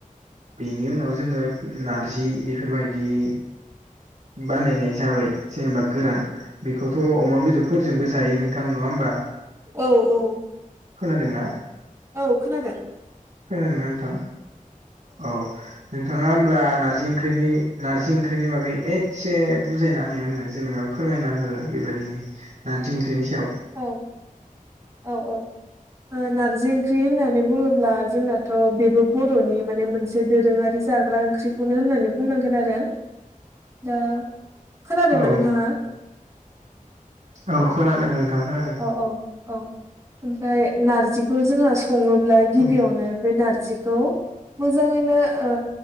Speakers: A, on the right; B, on the right.
A: बेनि उनाव जोङो नारजि बेफोरबायदि बानायनाय जाबाय जेनेबा गोरान बेखौथ' अमा बेदरफोरजोंबो जायो नोंथां नङा होमबा।
B: औ औ
A: खोनादों ना?
B: औ खोनादों।
A: खोनादों ना नोंथां औ। नोंथाङा होमब्ला नारजि ओंख्रिनि नारजि ओंख्रिनि बागै एसे बुजायनानै बुजायना हो आंनो जेनेबा फोरमायना होयो बेबायदिनो नारजि ओंख्रिनि सायाव।
B: औ औ औ ओ नारजि ओंख्रि होननानै बुङोब्ला अब्ला जोंनाथ' बेबो बर'नि माने मोनसे दोरोङारि जाग्रा ओंख्रिखौनो होननानै बुंनांगोन आरो। दा खोनादोंमोन
A: औ
B: नोंथाङा?
A: औ खोनादों नोंथां खोनादों।
B: अ अ ओमफ्राय नारजिखौ जोङो सङोब्ला गिबियावनो
A: बुं
B: बे नारजिखौ मोजाङैनो ओ